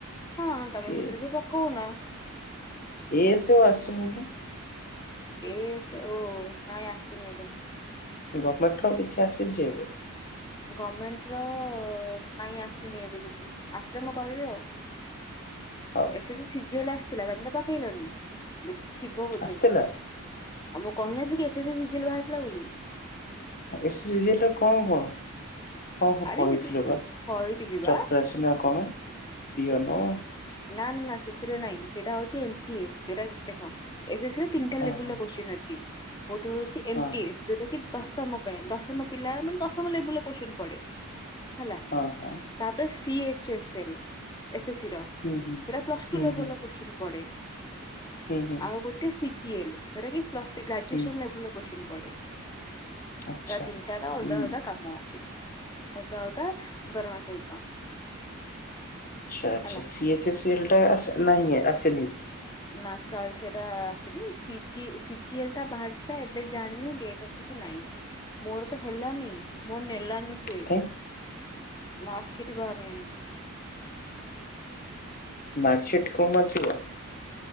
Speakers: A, on the left (about 20°); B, on the left (about 40°).
A: ହଁ ତମେ
B: କି
A: ସେଥିରେ ବି ପକଉନ।
B: ଏ ସୋ ଆସୁନି ନା?
A: ଏ ସେ ଓ କାଇଁ ଆସି ନାଇଁ କାଇଁ।
B: ଗମେଣ୍ଟ୍ ର କିଛି ଆସିଚି ଏବେ?
A: ଗମେଣ୍ଟ୍ ର କାଇଁ ଆସିନି ଏବେ କିଛି ଆସିଲେ ମୁଁ କହିବି ଆଉ।
B: ହଉ।
A: ସେ ସେ ସିଜଲ୍ ଆସିଥିଲା ତମେ ତ ପକେଇଲନି ଏବେ ତ ଥିବ ବୋଧେ।
B: ଆସିଥିଲା
A: ଆ ମୁଁ କହିନଥିଲି S S C G L ବାହାରିିଥିଲା ବୋଲି।
B: ଏସ୍‌ ସି ଜି ଏଲ ର କଣ କଣ? ହଁ ହଁ
A: ଆରେ
B: କହିଥିଲ
A: ଏସ୍ ଏସ୍ ସି
B: ପା
A: କହିଥିଲି ବା।
B: ଚପରାସି ନା କଣ ପିଅନ
A: ନା ନା ନା ସେଥିରେ ନାଇଁ ସେଟା ହଉଚି ଏମ୍ପ୍ଟି ଏସ୍ ସେଟା ଦେଖ। ଏସ୍ ଏସ୍ ସି ରେ ତିନିଟା
B: ହଁ
A: ଲେବୁଲର
B: ହଁ
A: କୋସ୍ଚିନ୍ ଅଛି ଗୋଟେ ହଉଚି
B: ହଁ
A: ଏମ୍ପଟିସ୍ ଯଉଟା କି କି ଦଶମ ପାଇଁ ଦଶମ ପିଲା ମାନେ ଦଶମ ଲେବୁଲ୍ ର କୋଶ୍ଚିନ୍ ପଡ଼େ। ହେଲା।
B: ହଁ ହଁ।
A: ତାପରେ C H S L SSC ର।
B: ହୁଁ ହୁଁ।
A: ସେଟା ପ୍ଲସ୍
B: ହୁଁ
A: ଟୁ ଲେବେଲ୍
B: ହୁଁ
A: ର କୋଶ୍ଚନ୍ ପଡେ
B: ହୁଁ ହୁଁ
A: ଆଉ ଗୋଟ୍ ଟେ ସିଜିଏଲ୍ ଯଉଟା କି ପ୍ଲସ୍ ଥ୍ରୀ ଗ୍ରାଜୁଏସନ୍
B: ହୁଁ
A: ଲେବେଲ୍ ର କୋସ୍ଚିନ୍ ପଡେ।
B: ଆଚ୍ଛା।
A: ଏଟା ତିନିଟା ର ଅଲଗା
B: ହୁଁ
A: ଅଲଗା କାମ ଅଛି ଅଲଗା ଅଲଗା ଦରମା ସହିତ।
B: ଆଛା ଆଛା
A: ହେଲା।
B: ସି ଏଚ ସି ଏଲ ଟା ଆସେ ନାଁ ହିଁ ଆସେନି।
A: ନା ସରି ସେଇଟା ଆସିନି ସିଜିଏ ସିଜିିଏଲ ଟା ବାହାରିଥିଲା ଏ ଏବେ ଜାଣିନି ଡେଟ୍ ଅଛି କି ନାଇଁ ମୋର ତ ହେଲାନି ମୋର ନେଲାନି। ସିଏ
B: କାଇଁ
A: ମାର୍କଶିଟ୍ ବାହାରିନି।
B: ମାର୍କସିଟ କମ୍ ଆସିବ।